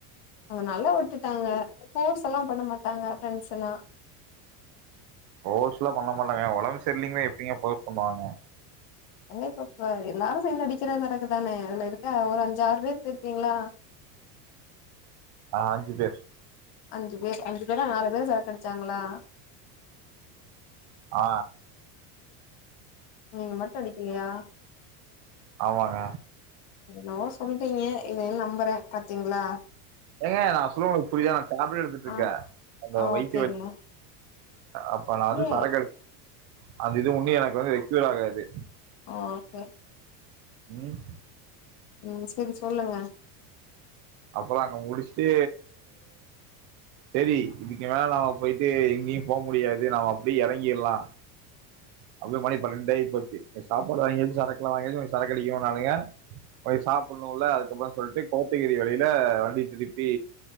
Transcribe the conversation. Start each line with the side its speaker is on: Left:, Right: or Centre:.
Left: அதனால விட்டுட்டாங்க போர்ஸ் எல்லா பண்ண மாட்டாங்க ஃப்ரெண்ஸுனா
Right: போர்ஸுலா பண்ண மாட்டாங்க ஒடம் செர்லிங்கனா எப்டிங்க போர்சலா பண்ணுவாங்க
Left: என்னப்ப எல்லாரு சேந்து அடிக்கிற சரக்கு தான இதுல இருக்க ஒரு அஞ்சாறு பேர் போயிருக்கீங்ளா
Right: அ அஞ்சு பேர்
Left: அஞ்சு பேர் அஞ்சு பேரா நாலு பேர் சரக்கு அடிச்சாங்ளா
Right: அ
Left: நீங்க மட்டு அடிக்கிலியா
Right: ஆமாங்க
Left: என்னவோ சொல்றீங்க இதையு நம்புற பாத்தீங்ளா
Right: ஏங்க நா சொல்ல உங்களுக்கு புரியுதா நா டேப்லெட் எடுத்துட்ருக்கே
Left: ஆ
Right: அந்த
Left: ஆ
Right: வயித்து
Left: ஓகேங்க
Right: வலி அப்ப நா வந்து
Left: ஏ
Right: சரக்கு எடுக் அந்த இது உண்ணு எனக்கு வந்து க்யூர் ஆகாது
Left: ஆ ஓகே
Right: ம்
Left: ம் சரி சொல்லுங்க
Right: அப்புற அங்க முடிச்ட்டு செரி இதுக்கு மேல நாம போயிட்டு எங்கேயும் போ முடியாது நாம அப்டியே ஏறங்கிர்லா அப்டியே மணி பண்ணன்டு ஆயிபோச்சு சாபாடு வாங்கியாச்சி சரக்லா வாங்கியாச்சு சரக்கு அடிக்கனுனானுங்க போய் சாப்புனுல அதுக்கப்புறம் சொல்ட்டு கோத்தகிரி வழியி ல வண்டி திருப்பி